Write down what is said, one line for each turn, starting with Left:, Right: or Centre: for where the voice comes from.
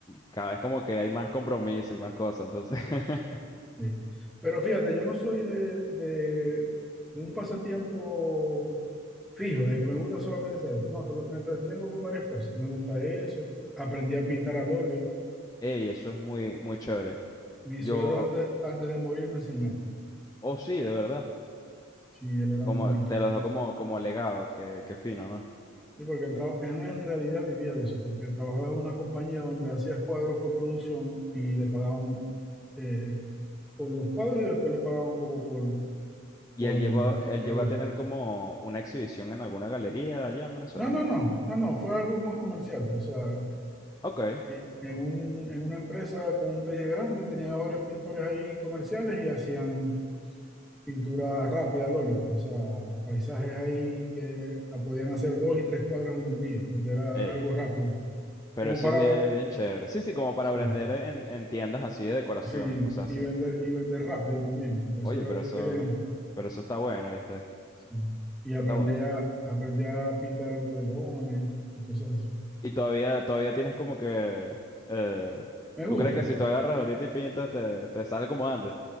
Left: cada vez como que hay más compromiso y más cosas, entonces, <laughs>
Centre: sí. Pero fíjate, yo no soy de, de, de un pasatiempo fijo, de que me gusta solamente hacer. No, tra- me entretengo con varias cosas. Me gusta eso. Aprendí a pintar al óleo.
Left: ey, eso es muy, muy chévere.
Centre: Mi
Left: Yo,
Centre: suegro antes, antes de morir me enseñó.
Left: oh sí, de verdad,
Centre: Sí, él era
Left: como
Centre: un buen pintor.
Left: te lo dejo como, como legado, que, que fino, ¿no?
Centre: Sí, porque él, traba- él en realidad vivía de eso, porque trabajaba en una compañía donde hacía cuadros por producción y le pagaban eh, por los cuadros y después le pagaban como por,
Left: Y
Centre: por,
Left: él llegó, él
Centre: por
Left: llegó
Centre: venta.
Left: a tener como una exhibición en alguna galería allá en Venezuela.
Centre: No, no, no, no, no, fue algo más comercial. pues, o sea,
Left: Ok,
Centre: e- en un, en una empresa con un taller grande tenían a varios pintores ahí comerciales y hacían pintura rápida al óleo, pues, o sea, paisajes ahí que ah, podían hacer dos y tres cuadros en un día, porque era
Left: eh,
Centre: algo rápido,
Left: pero
Centre: como
Left: eso
Centre: para
Left: es bien,
Centre: ver.
Left: bien chévere. Sí, sí, como para
Centre: sí.
Left: vender en, en tiendas así de decoración
Centre: Sí,
Left: y cosas
Centre: y
Left: así.
Centre: vender, y vender rápido también, porque eso
Left: Oye,
Centre: era
Left: pero
Centre: lo
Left: eso,
Centre: que querían ellos.
Left: pero eso está bueno, ¿viste?
Centre: Sí. Y
Left: Eso
Centre: aprendí
Left: está bueno.
Centre: a, aprendí a pintar bodegones y cosas así.
Left: Y todavía, todavía tienes como que, eh,
Centre: Me
Left: ¿tú
Centre: gusta,
Left: crees que si tú agarras ahorita y pintas te, te sale como antes?